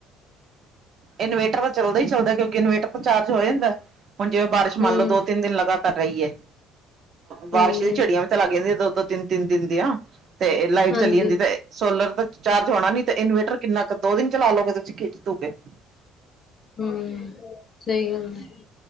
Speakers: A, on the right; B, on the left.
A: ਇਨਵੇਟਰ ਤਾਂ ਚੱਲਦਾ ਹੀ ਚੱਲਦਾ ਕਿਉਂਕਿ ਇਨਵੇਟਰ ਤਾਂ ਚਾਰਜ ਹੋ ਜਾਂਦਾ ਹੁਣ ਜਿਵੇਂ ਬਾਰਿਸ਼
B: ਹੂੰ,
A: ਮੰਨ ਲਓ ਦੋ ਤਿੰਨ ਦਿਨ ਲਗਾਤਾਰ ਰਹੀ ਏ ਬਾਰਸ਼
B: ਹਾਂਜੀ,
A: ਦੀ ਝੜੀਆਂ ਵੀ ਤਾਂ ਲੱਗ ਜਾਂਦੀਆਂ ਦੋ, ਦੋ ਤਿੰਨ, ਤਿੰਨ ਦਿਨ ਦੀ ਆ ਤੇ ਲਾਈਟ
B: ਹਾਂਜੀ,
A: ਚਲੀ ਜਾਂਦੀ ਤੇ ਸੋਲਰ ਤਾਂ ਚਾਰਜ ਹੋਣਾ ਨੀ ਤੇ ਇਨਵੇਟਰ ਕਿੰਨਾ ਕੁ ਦੋ ਦਿਨ ਚਲਾ ਲਓਗੇ ਤੁਸੀਂ <inaudible>
B: ਹਮ ਸਹੀ ਗਲ ਹ